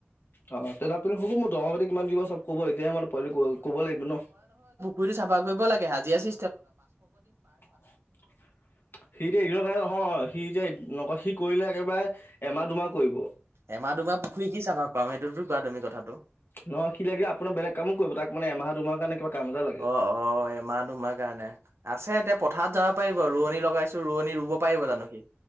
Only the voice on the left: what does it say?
অ, তেনে আপুনি হ'ব মোৰ দহ পাতি কিমান দিব চব কব এতিয়া মানে পাৰিলে কব লাগিব ন?
<unintelligible> সি এতিয়া <unintelligible> কাৰনে নহয় সি এতিয়া নকয় সি কৰিলে একেবাৰে এমাহ, দুমাহ কৰিব।
নহয় সি লাগিলে আপোনাৰ বেলেগ কামো কৰিব তাক মানে এমাহ -দুমাহ কাৰণে কিবা কাম এটা লাগে